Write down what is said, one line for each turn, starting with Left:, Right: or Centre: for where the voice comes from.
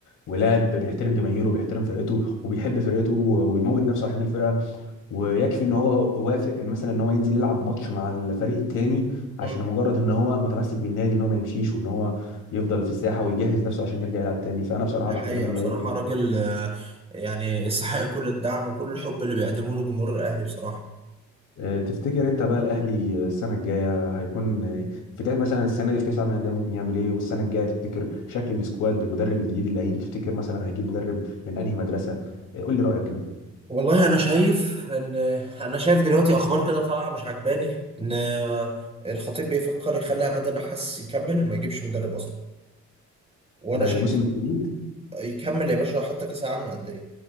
Left: ولاعب بيحترم جماهيره وبيحترم فرقته وبيحب فرقته وبيموت نفسه عشان الفرقه ويكفي ان هو وافق مثلا ان هو ينزل يلعب ماتش مع الفريق التاني
Right: مم.
Left: عشان مجرد ان هو متمسك بالنادي ان هو ما يمشيش وان هو يفضل في الساحه ويجهز نفسه عشان يرجع يلعب تاني فانا بصراحه
Right: ده
Left: بحترم
Right: حقيقة
Left: اللعيبه
Right: بصراحة
Left: دي
Right: راجل آه، يعني يستحق كل الدعم وكل الحب اللي بيقدمه له جمهور الاهلي بصراحة
Left: أه، تفتكر انت بقى الاهلي السنه الجايه هيكون في كاس مثلا السنه دي في كاس العالم للانديه ممكن يعمل ايه والسنه الجايه تفتكر شكل السكواد بالمدرب الجديد اللي هيجي تفتكر مثلا هيجيب مدرب من انهي مدرسه أه، قول لي رايك كده
Right: والله انا شايف ان انا شايف دلوقتي اخبار كده طالعه مش عجباني ان آه، الخطيب بيفكر يخلي عماد النحاس يكمل ما يجيبش مدرب اصلا وانا
Left: ده
Right: شايف
Left: الموسم الجديد
Right: يكمل يا باشا حتى كاس العالم للانديه